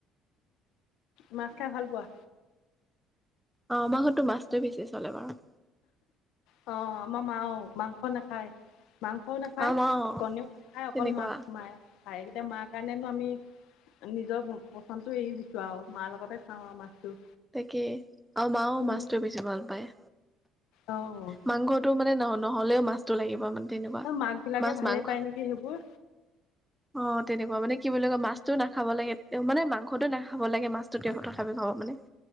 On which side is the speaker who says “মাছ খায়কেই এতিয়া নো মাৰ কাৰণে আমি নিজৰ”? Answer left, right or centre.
Left